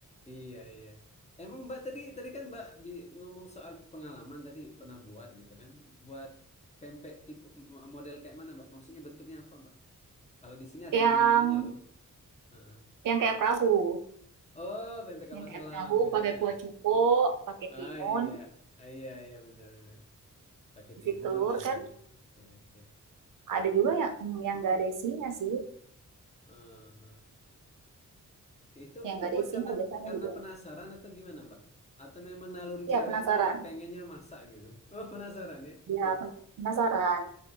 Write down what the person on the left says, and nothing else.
Iya, iya. Emang Mbak tadi tadi kan Mbak bi- ngomong soal pengalaman tadi pernah buat gitu kan. Buat pempek tipe mo- model kayak mana, Mbak? Maksudnya bentuknya apa, Mbak? Kalau di sini ada
nama-namanya loh. Heeh.
Oh, pempek kapal
selam
gitu
ya.
Ah,
iya. Ah, iya, iya benar, benar. Pakai
timun
ya,
ya. Oke, oke.
Heeh. Itu
itu
buat
karena
karena
penasaran atau gimana, Mbak? Atau memang naluri
cewek
ini pengennya masak gitu? <laughs> Oh, penasaran ya?
<laughs>